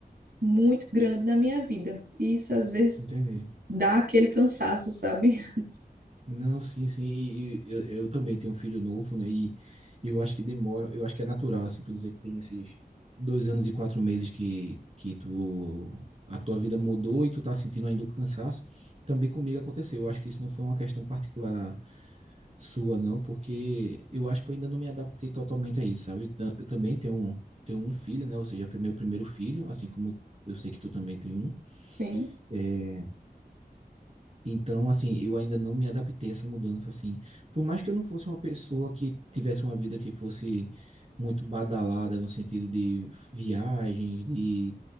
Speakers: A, on the right; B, on the right.
A: muito grande na minha vida. E isso às vezes
B: entendi.
A: dá aquele cansaço, sabe? <laughs>
B: Não, sim, sim, e, e eu, eu também tenho um filho novo, né, e eu acho que demora, eu acho que é natural, assim, tu dizer que tem esses dois anos e quatro meses que, que tu, a tua vida mudou e tu tá sentindo ainda o cansaço, também comigo aconteceu, eu acho que isso não foi uma questão particular sua, não, porque eu acho que eu ainda não me adaptei totalmente a isso, sabe? Eu, ta- eu também tenho um, tenho um filho, né? Ou seja, foi meu primeiro filho, assim como eu sei que tu também tem um.
A: Sim,
B: É, então, assim, eu ainda não me adaptei a essa mudança, assim. Por mais que eu não fosse uma pessoa que tivesse uma vida que fosse muito badalada no sentido de viagens, de